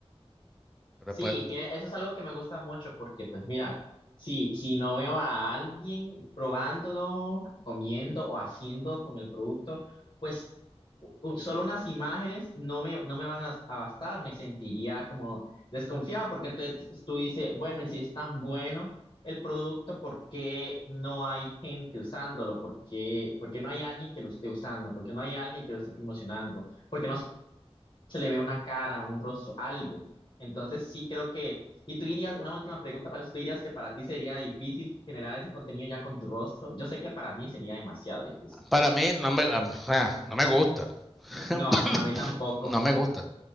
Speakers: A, in the centre; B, on the left (about 55°).
A: pero
B: Sí,
A: pues
B: tiene, eso es algo que me gusta mucho porque, pues mira, si, si no veo a alguien probándolo, comiendo o haciendo con el producto, pues u- u- solo unas imágenes no me, no me van a, a bastar, me sentiría como desconfiado porque entonces tú dices, bueno, y si es tan bueno el producto, ¿por qué no hay gente usándolo? ¿Por qué, por qué no hay alguien que lo esté usando? ¿Por qué no hay alguien que lo esté promocionando? Porque no se le ve una cara, un rostro, algo. Entonces sí creo que, y tú dirías, una última pregunta para eso, tú dirías que para ti sería difícil generar ese contenido ya con tu rostro. Yo sé que para mí sería demasiado difícil.
A: para mí no me, o sea, no me gusta. <laughs>
B: No,
A: <coughs>
B: a mí tampoco.
A: no me gusta.